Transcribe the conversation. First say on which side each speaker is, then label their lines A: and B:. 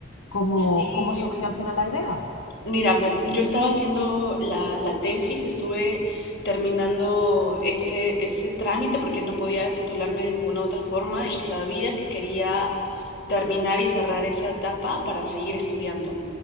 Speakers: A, on the left; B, on the left.
A: ¿Cómo,
B: Sí,
A: cómo surgió al final la idea?
B: Mira, pues yo estaba haciendo la, la tesis, estuve terminando ese, ese trámite porque no podía titularme de ninguna otra forma y sabía que quería terminar y cerrar esa etapa para seguir estudiando.